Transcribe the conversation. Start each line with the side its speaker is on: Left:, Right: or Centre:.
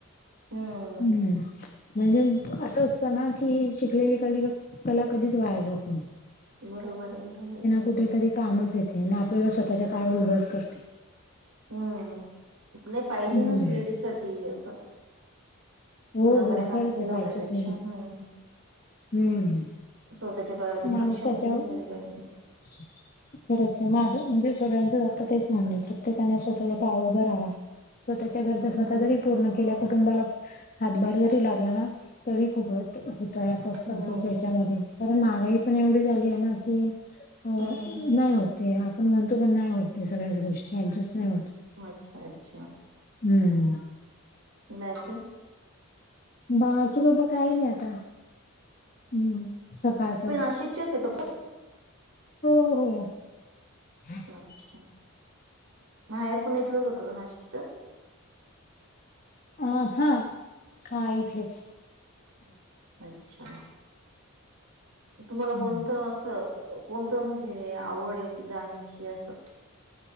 Right: हम्म.
Left: हम्म. म्हणजे असं असतं ना की, शिकलेली कली-कला कधीच वाया जात नाही.
Right: बरोबर ये, बरोबर ये.
Left: कुठेतरी कामच येते अन आपल्याला स्वतःच्या पायावर उभंच करते.
Right: हम्म, आपलं पाहिजे
Left: हम्म
Right: ना, लेडीजसाठी असं
Left: हो
Right: कोणाकडे
Left: हो
Right: हात
Left: खरंच
Right: फेलवण्यापेक्षा,
Left: आहे पाहिजेच
Right: ह्म.
Left: हम्म
Right: स्वतःच्या पायावरती
Left: माणूस
Right: सक्षम
Left: त्याच्यावर
Right: उभी राहिली पाहिजे.
Left: <unintelligible> खरंच. माझं, म्हणजे सगळ्यांचं आता तेच म्हणणय. प्रत्येकाने, स्वतःच्या पायावर उभं राहावा. स्वतःच्या गरजा, स्वतः
Right: हम्म
Left: जरी पूर्ण केल्या. कुटुंबाला हातभार जरी लागला ना, तरी खूप हो होतय. आता सध्याच्या
Right: हम्म
Left: ह्याच्यामध्ये. कारण महागाई पण एवढी झालीय, ना की, अ नाही
Right: हम्म हम्म
Left: होत. ते आपण म्हणतो, पण नाही होत ते सगळ्याच गोष्टी. ऍडजस्ट नाही होत.
Right: अच्छा - अच्छा.
Left: हम्म.
Right: बाकी?
Left: बाकी बाबा, काही नाही आता. हम्म, सकाळचच.
Right: तुम्ही नाशिकचेच आहे का
Left: हो, हो. <inaudible>
Right: पण अच्छा. माहेर पण इथलंच होतं, का? नाशिकच.
Left: अं, हं. हा, इथलेच.
Right: अच्छा. तुम्हाला
Left: हं.
Right: कोणतं? असं कोणतं? म्हणजे आवडय, जाण्याची असं.